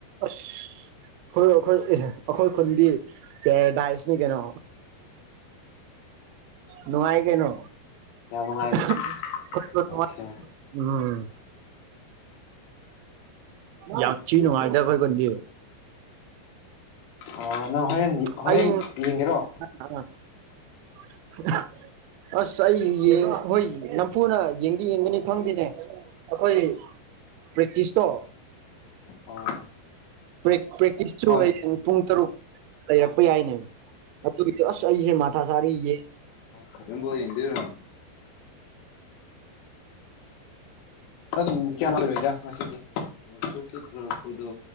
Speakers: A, on the right (about 85°); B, on the left (about 75°).
A: ꯑꯁ <unintelligible> ꯑꯩꯈꯣꯏ ꯑꯦ ꯑꯩꯈꯣꯏ ꯈꯨꯟꯗꯤ ꯄꯦꯔꯥꯗꯥꯏꯁꯅꯤ ꯀꯩꯅꯣ ꯅꯨꯡꯉꯥꯏ ꯀꯩꯅꯣ
B: ꯌꯥꯝ ꯅꯨꯡꯉꯥꯏꯕ
A: <unintelligible>
B: ꯑꯣꯀꯦ
A: ꯎꯝ ꯌꯥꯝ ꯊꯤ ꯅꯨꯡꯉꯥꯏꯗ ꯑꯩꯈꯣꯏ ꯈꯨꯟꯗꯤ
B: ꯑꯣ ꯅꯪ ꯍꯣꯔꯦꯟ
A: ꯑꯩ
B: ꯍꯣꯔꯦꯟ ꯌꯦꯡꯒꯦꯔꯣ
A: <unintelligible> ꯑꯁ ꯑꯩ ꯌꯦꯡ ꯍꯣꯏ ꯅꯝꯐꯨꯗ ꯌꯦꯡꯗꯤ ꯌꯦꯡꯒꯅꯤ ꯈꯪꯗꯦꯅꯦ ꯑꯈꯣꯏ ꯄ꯭ꯔꯦꯛꯇꯤꯁꯇꯣ
B: ꯑꯣ
A: ꯄ꯭ꯔꯦꯛ ꯄ꯭ꯔꯦꯛꯇꯤꯁꯁꯨ
B: ꯍꯣꯏ
A: ꯑꯣꯏ <unintelligible> ꯄꯨꯡ ꯇꯔꯨꯛ
B: ꯍꯜꯂꯣ
A: ꯂꯩꯔꯛꯄ ꯌꯥꯏꯅꯦ ꯑꯗꯨꯒꯤ ꯑꯁ ꯑꯩꯁꯦ ꯃꯊꯥ ꯁꯥꯔꯤ ꯌꯦ
B: ꯐꯖꯟꯕꯨ ꯌꯦꯡꯗꯨꯏꯔꯣ ꯑꯗꯨ ꯀꯌꯥꯝ ꯂꯩꯔꯣꯏꯗ ꯉꯁꯤꯗꯤ <unintelligible> ꯀꯈꯣꯏꯣ